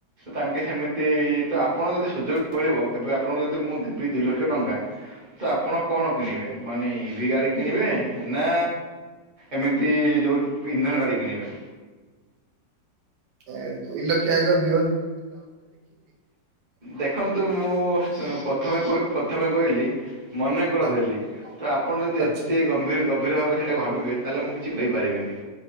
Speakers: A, on the right; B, on the right.
A: ତାଙ୍କେ ସେମିତି ତ ଆପଣଙ୍କୁ, ଯଦି ସୁଯୋଗ ମିଳିବ ଏବେ ଆପଣଙ୍କୁ ଯଦି ମୁଁ ଦେବି ଦୁଇ ଲକ୍ଷ ଟଙ୍କା। ତ ଆପଣ କଣ କିଣିବେ, ମାନେ ଇଭିି ଗାଡ଼ି କିଣିବେ ନା ଏମିତି ଯୋଉ ଇନ୍ଧନ ଗାଡି କିଣିବେ?
B: ଏ ଦୁଇ ଲକ୍ଷ ଆଗ ଦି
A: ଦେଖନ୍ତୁ ମୁଁ ପଥମେ କହିବୁ ପଥମେ କହିଲି ମନେକର
B: ହଁ
A: ଦେଲି ତ ଆପଣ ଯଦି
B: ଆଚ୍ଛା
A: ଏତେ ଗମ୍ଭୀର ଗ ଗଭୀର ଭାବେ ସେଇଟାକୁ ଭାବିବେ, ତାହେଲେ ମୁଁ କିଛି କହିପାରିବିନି।